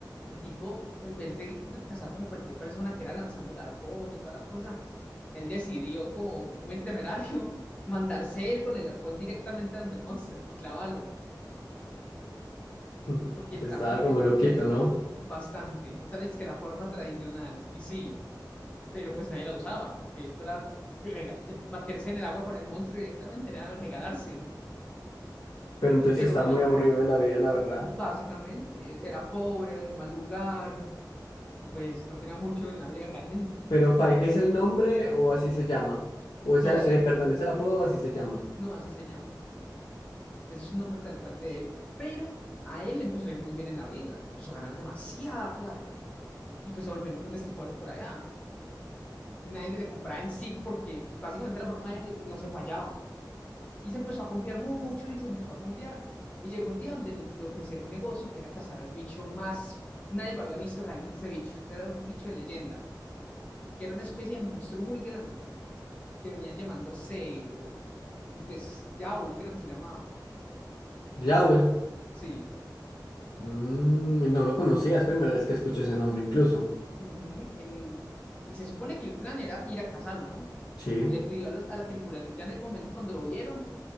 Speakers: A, on the left (about 15°); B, on the left (about 85°).
A: el tipo, en vez de, de cazar como cualquier persona que era lanzando el arpón y toda la cosa, él decidió, como un buen temerario, <laughs> mandarse él con el arpón directamente a donde el monstruo, para clavarlo,
B: <laughs>
A: porque el
B: Estaba
A: trabajo él-
B: como
A: él
B: loquito,
A: era
B: ¿no?
A: bastante, esa era es que la forma tradicional, y sí, pero pues nadie la usaba, porque eso era rega- eh, meterse en el agua con el monstruo directamente, era regalarse,
B: Pero entonces
A: pero
B: está
A: Pike
B: muy aburrido de la vida, la verdad.
A: básicamente era pobre, era en mal lugar, y pues no tenía mucho en la vida realmente.
B: Pero Pike es el nombre o así se llama. O es
A: No,
B: el,
A: sí,
B: eh, perdón, es el apodo o así se llama.
A: No, así se llama. Ese es un nombre tal cual de él, pero a él le empezó a ir muy bien en la vida, empezó a ganar demasiada plata y pues se volvió el mejor destripador de por allá. Nadie se le compraba en sí porque básicamente la forma de él no se fallaba y se empezó a confiar mucho y se empezó a confiar y llegó un día donde le, le ofrecieron un negocio que era cazar al bicho más, nadie lo había visto realmente ese bicho, o sea, era un bicho de leyenda, que era una especie de monstruo muy grande que venía llamándose, eh, pues Yaul creo que se llamaba,
B: Jowell.
A: sí
B: Mm, no lo conocía, es primera vez que escucho ese nombre incluso.
A: Ujú, el- y se supone que el plan era ir a cazarlo, ¿no?
B: Sí.
A: Le pidió a, los, a la tripulación ya en el momento cuando lo vieron